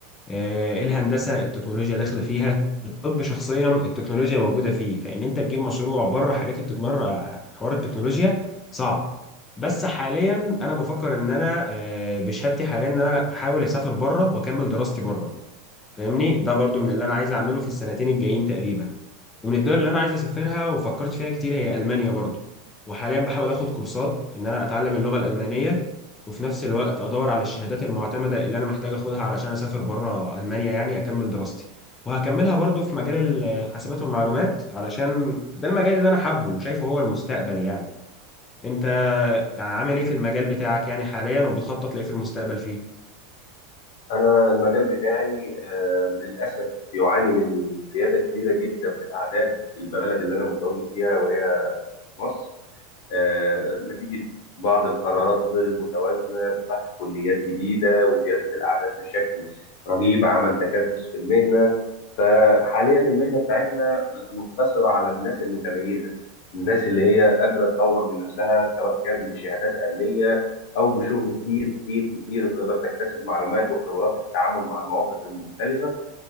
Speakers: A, on the left; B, on the left.
A: آه، إيه الهندسه التكنولوجيا داخله فيها الطب شخصيا التكنولوجيا موجوده فيه فان انت تجيب مشروع بره حاجات التكنولوجيا حوار التكنولوجيا صعب بس حاليا انا بفكر ان انا آه، بشهادتي حاليا ان انا احاول اسافر بره واكمل دراستي بره فاهمني ده برضو من اللي انا عايز اعمله في السنتين الجايين تقريبا ومن الدول اللي انا عايز اسافرها وفكرت فيها كتير هي المانيا برضو وحاليا بحاول اخد كورسات ان انا اتعلم اللغه الالمانيه وفي نفس الوقت ادور على الشهادات المعتمده اللي انا محتاج اخدها علشان اسافر بره المانيا يعني اكمل دراستي وهكملها برضو في مجال الحاسبات والمعلومات علشان ده المجال اللي انا حابه وشايفه هو المستقبل يعني انت يعني عامل ايه في المجال بتاعك يعني حاليا وبتخطط لايه في المستقبل فيه
B: أنا المجال بتاعي آه، للأسف بيعاني من زيادة كبيرة جدا في الأعداد في البلد اللي أنا متواجد فيها وهي مصر آه، نتيجة بعض القرارات غير المتوازنة بفتح كليات جديدة وزيادة الأعداد بشكل رهيب عمل تكدس في المهنة فحاليا المهنة بتاعتنا مقتصرة على الناس المتميزة الناس اللي هي قادرة تطور من نفسها سواء كان بشهادات علمية أو بشغل كتير كتير كتير تقدر تكتسب معلومات وخبرات التعامل مع المواقف المختلفة